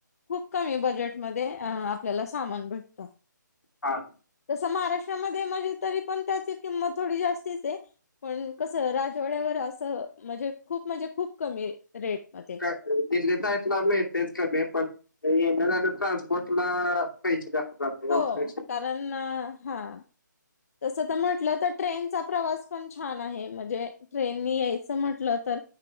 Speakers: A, on the left; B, on the left.
A: खूप कमी बजेटमध्येध्ये अ, आपल्याला सामान भेटतं.
B: हां.
A: जसं, महाराष्ट्रामध्ये तरी त्याची किंमत थोडी जास्तीच आहे. पण, कस राजवाड्यावर असं म्हणजे खूप म्हणजे, खूप कमी रेट महादे
B: ते देतात ना मिळते कमी पण ट्रान्सपोर्टला. पैसे जास्त जातात
A: हो
B: <unintelligible>
A: <unintelligible> हा. तस तर म्हंटल तर ट्रेनचा प्रवास पण छान आहे म्हणजे. ट्रेननी यायच म्हटल तर